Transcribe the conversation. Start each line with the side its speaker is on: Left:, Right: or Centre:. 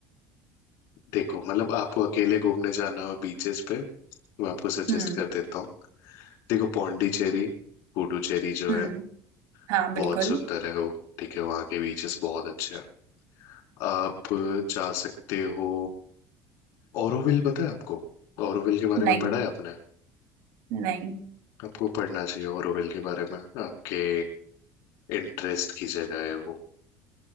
Left: देखो मतलब आपको अकेले घूमने जाना हो बीचेस पे मैं आपको सजेस्ट
Right: हम्म
Left: कर देता हूँ देखो पौंडीचेरी पुडुचेरी जो
Right: हम्म
Left: है
Right: हाँ बिल्कुल
Left: बहुत सुंदर है वो ठीक है वहाँ के बीचेस बहुत अच्छे हैं आप जा सकते हो ओरोविल पता है आपको ओरोविल के बारे
Right: नहीं
Left: में पढ़ा है आपने
Right: नहीं
Left: आपको पढ़ना चाहिए ओरोविल के बारे में आपके इंटरेस्ट की जगह है वो